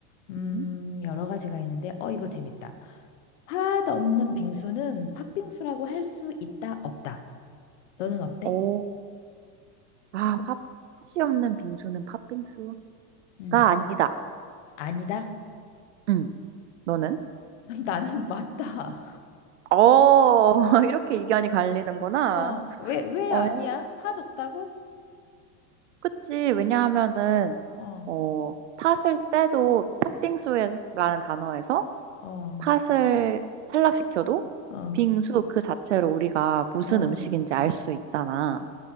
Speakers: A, on the left (about 45°); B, on the right (about 45°).
A: 음,
B: 음.
A: 여러 가지가 있는데 어, 이거 재밌다. 팥 없는 빙수는 팥빙수라고 할 수 있다, 없다. 너는 어때?
B: 오, 아, 팥이 없는 빙수는 팥빙수가
A: 응.
B: 아니다.
A: 아니다.
B: 응, 너는?
A: <laughs> 나는 맞다.
B: 어, <laughs> 이렇게 의견이 갈리는구나.
A: 어, 왜, 왜
B: 어,
A: 아니야? 팥 없다고?
B: 그치. 왜냐하면은,
A: 어,
B: 어, 팥을 떼도 팥빙수라는 단어에서
A: 어,
B: 팥을 탈락시켜도
A: 어,
B: 빙수 그 자체로 우리가 무슨
A: 어.
B: 음식인지 알 수 있잖아.